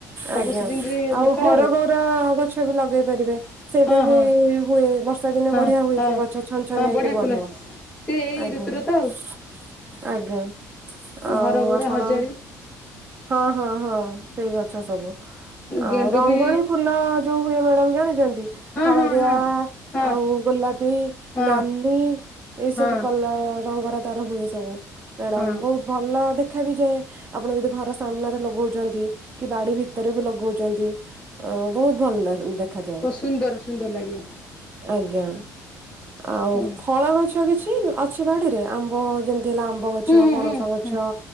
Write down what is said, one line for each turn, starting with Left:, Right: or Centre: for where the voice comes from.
Left: ସବୁ
Right: ଆଜ୍ଞା
Left: ସିଜିନରେ
Right: ଆଉ
Left: ଦରକାର
Right: ହରଗଉର ଗଛ ବି ଲଗେଇ ପାରିବେ ସେଇଟା
Left: ହଁ
Right: ବି
Left: ହଁ
Right: <unintelligible> ବର୍ଷା ଦିନେ
Left: ହଁ
Right: ବଢିଆ ହୁଏ
Left: ହଁ।
Right: ସେ ଗଛ ଛନଛନିଆ
Left: ହଁ ବଢ଼ିଆ
Right: ହେଇକି ବଢିବ
Left: ଫୁଲ ସେ ଏଇ
Right: ଆଜ୍ଞା।
Left: ଋତୁରେ ତ ଆଉ।
Right: ଆଜ୍ଞା ଆଉ
Left: ହରଗୌରା
Right: ଆପଣ
Left: ହଜାରୀ
Right: ହଁ ହଁ ହଁ ସେଇ ଗଛ ସବୁ। ଆଉ
Left: ଗେଣ୍ଡୁ
Right: ରଙ୍ଗଳି
Left: ବି
Right: ଫୁଲ ଯୋଉ ହୁଏ ମ୍ୟାଡାମ୍ ଜାଣିଛନ୍ତି?
Left: ହଁ
Right: ହଳଦିଆ
Left: ହଁ ହଁ ହଁ
Right: ଆଉ ଗୋଲାପି
Left: ହଁ
Right: ନାଲି ଏଇ
Left: ହଁ
Right: ସବୁ କଲ ରଙ୍ଗର ତାର ହୁଏ। ସବୁ ମାଡ଼ାମ୍
Left: ହଁ
Right: ବହୁତ୍ ଭଲ ଦେଖାବି ଯାଏ ଆପଣ ଯଦି ଘର ସାମ୍ନା ରେ ଲ ଭୁଛନ୍ତି କି ବାଡି ଭିତରେ ବି ଲଗଉଛନ୍ତି ଆଉ ବହୁତ ଭଲ୍ ଲାଗେ ଦେ ଦେଖାଯାଏ
Left: ଓ ସୁନ୍ଦର୍ ସୁନ୍ଦର୍ ଲାଗିବ।
Right: ଆଜ୍ଞା ଆଉ
Left: ଆଜ୍ଞା
Right: ଫଳ ଗଛ କିଛି ଅ ଅଛି ବାଡିରେ ଆମ୍ବ ଯେମିତି ହେଲେ ଆମ୍ବ ଗଛ,
Left: ହୁଁ ହୁଁ
Right: ପଣସ
Left: ହୁଁ
Right: ଗଛ?